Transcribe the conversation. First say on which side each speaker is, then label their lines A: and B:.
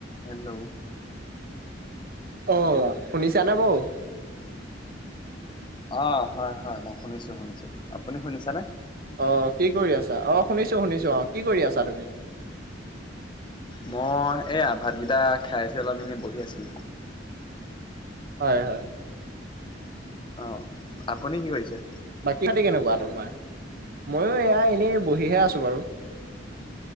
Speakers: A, on the left; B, on the right.
A: Hello.
B: অ'! শুনিছানে বাৰু?
A: অ'! হয়, হয়। মই শুনিছোঁ, শুনিছোঁ। আপুনি শুনিছানে?
B: অ'! কি কৰি আছা? অ'! শুনিছোঁ, শুনিছোঁ। অ'! কি কৰি আছা, তুমি?
A: মই এইয়া ভাতকেইটা খাই উঠি অলপ এনে বহি আছো।
B: হয়-হয়।
A: অ', আপুনি কি কৰিছে।
B: বাকী <unintelligible> খাতি কেনেকুৱা তোমাৰ, ময়ো এয়া এনেই বহিহে আছো বাৰু।